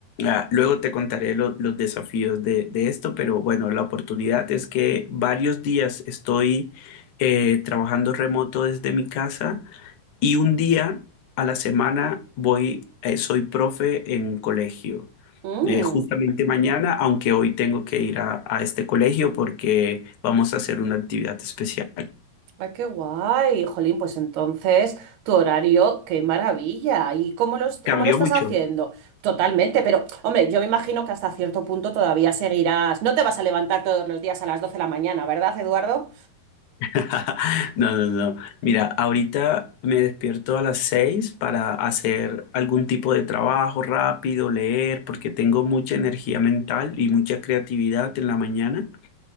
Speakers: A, on the left; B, on the right.
A: ah, luego te contaré lo- los desafíos de, de esto, pero bueno, la oportunidad es que varios días estoy eh, trabajando remoto desde mi casa y un día a la semana voy, eh, soy profe en colegio.
B: Mm.
A: Eh, justamente mañana, aunque hoy tengo que ir a, a este colegio porque vamos a hacer una actividad especial.
B: Ay, qué guay, jolín, pues entonces tu horario, qué maravilla. ¿Y cómo lo,
A: Cambió
B: cómo lo estás
A: mucho.
B: haciendo? Totalmente, pero hombre, yo me imagino que hasta cierto punto todavía seguirás. No te vas a levantar todos los días a las 12 de la mañana, ¿verdad, Eduardo?
A: <laughs> No, no, no. Mira, ahorita me despierto a las seis para hacer algún tipo de trabajo rápido, leer, porque tengo mucha energía mental y mucha creatividad en la mañana.